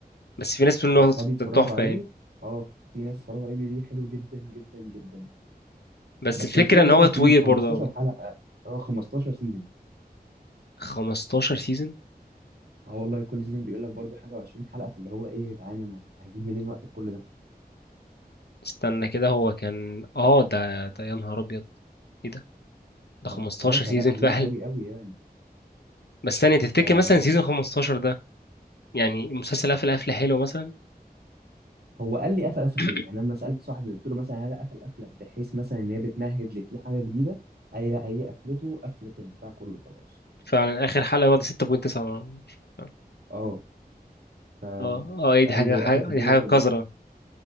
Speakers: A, on the left; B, on the right.
A: بس في ناس بتقول
B: انا
A: ان
B: اصحابي
A: هو
B: اتفرجوا
A: تحفه
B: عليه
A: يعني
B: اه في ناس اتفرجوا عليه بيقولوا لي حلو جدا جدا جدا
A: بس
B: بس
A: الفكره
B: المشكله انه
A: ان
B: برضو
A: هو طويل
B: طويل 15
A: برضه قوي
B: حلقه اه 15 سيزون
A: 15 سيزون
B: اه والله كل سيزون بيقول لك برضو حاجه و20 حلقه فاللي هو ايه يا جدعان انا هجيب منين وقت كل ده
A: استنى كده هو كان اه ده ده يا نهار ابيض ايه ده ده 15
B: فلا اه فلا
A: سيزون
B: طويل
A: فعلا
B: قوي قوي يعني
A: بس ثانيه تفتكر
B: ف
A: مثلا سيزون 15 ده يعني المسلسل قفل قفله حلوه مثلا
B: هو قال لي قفل قفله
A: <clears throat>
B: حلوه يعني لما سالت صاحبي قلت له مثلا هل قفل قفله بحيث مثلا ان هي بتمهد لفي حاجه جديده اي لا هي قفلته قفلت البتاع كله خلاص
A: فعلا اخر حلقه واخده 6.9 اه
B: اه ف...
A: اه ايه
B: فقال
A: دي حاجه
B: لي
A: حاجه
B: هي قفلت
A: دي
B: الدنيا
A: حاجه
B: كلها
A: قذره